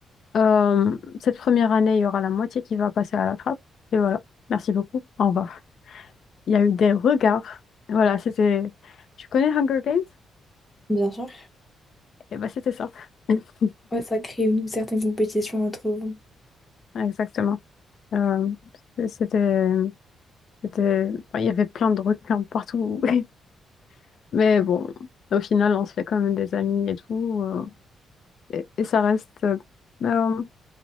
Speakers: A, on the left (about 50°); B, on the left (about 15°).
A: Euh, cette première année, il y aura la moitié qui va passer à la trappe. Et voilà. Merci beaucoup. Au revoir. Il y a eu des regards. Voilà, c'était. Tu connais Hunger Games?
B: Bien sûr.
A: Et bah, c'était ça. <laughs>
B: Ouais, ça crée une certaine compétition entre vous.
A: Exactement. Euh, c'était. C'était. enfin, il y avait plein de requins partout. <laughs> Mais bon, au final, on se fait quand même des amis et tout. euh, et, et ça reste, euh, euh,